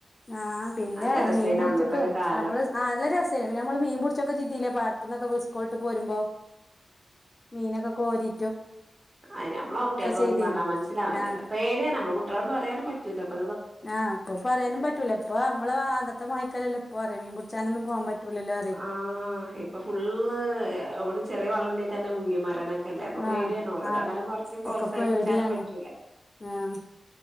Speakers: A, on the left; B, on the right.
A: ആഹ് പിന്നെ
B: നല്ല രസേനു
A: മീൻ പിടിച്ചിട്ടും
B: അന്നത്തൊക്കെ കാലം
A: നമ്മള് ആ നല്ല രസായിനി പിന്നെനമ്മള് മീൻ പുടിച്ചക്കെ ചിതില്ല പാടത്തന്നൊക്കെ വിസ്കോട്ട് പോരുമ്പോ മീനൊക്കെ കോരി
B: അത് നമ്മെ കുട്ട്യേക്കൊന്ന്
A: ചെയ്തീന്
B: പറഞ്ഞാ മനസിലാവാനല്ല
A: ആഹ്
B: പേടിയാ നമ്മ കുട്ട്യളോട് പറാനും പറ്റൂല അപ്പ
A: ആ ഇപ്പ പറയാനുംപറ്റൂല ഇപ്പൊ നമള് ആദ്യത്തെ മായിക്കല്ലല്ലോ ഇപ്പൊറി മീൻപുച്ചാനൊന്നും പോവാൻ പറ്റൂല്ലല്ലോറി
B: ആഹ് ഇപ്പൊ ഫുള്ളൂ ഒവിടിം ചെറിയ വള്ളണ്ടെതന്നെ മുങ്ങിമരണെ ക്കെല്ലെ അപ്പൊ പേടിയാണ്
A: ആഹ്
B: ഒരോട്
A: ആഹ്
B: അങ്ങനെ പർഞ്ഞ്
A: ഇപ്പൊക്കെ
B: പ്രോത്സാഹിപ്പിക്കാനും
A: പേടിയാണ്
B: പറ്റൂല
A: ആഹ്